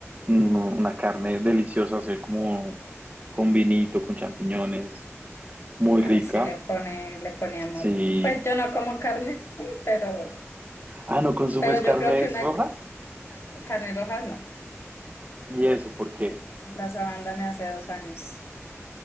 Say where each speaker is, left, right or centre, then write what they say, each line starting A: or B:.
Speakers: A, on the right; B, on the left.
A: un- una carne deliciosa, así como con vinito, con champiñones, muy
B: Ay,
A: rica.
B: sí le pone, le pone amor.
A: Sí.
B: Pues yo no como carne, pero,
A: Ah, ¿no consumes
B: pero
A: carnes
B: yo creo que una
A: rojas?
B: c- carne roja no.
A: ¿Y eso por qué?
B: no. Las abandoné hace dos años